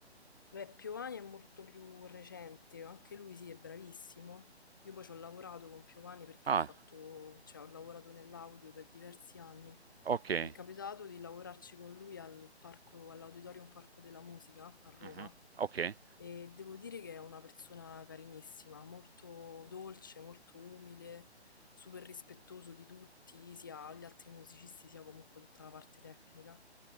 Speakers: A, on the left; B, on the right.
A: Beh, Piovani è molto più recente, anche lui sì, è bravissimo, io poi ci ho lavorato con Piovani perché
B: Ah,
A: ho fatto, cioè, ho lavorato nell'audio per diversi anni.
B: ok.
A: Mi è capitato di lavorarci con lui al parco, all'Auditorium Parco della Musica a Roma
B: Mh-mh. Okay,
A: e devo dire che è una persona carinissima, molto dolce, molto umile, super rispettoso di tutti, sia gli altri musicisti sia comunque tutta la parte tecnica.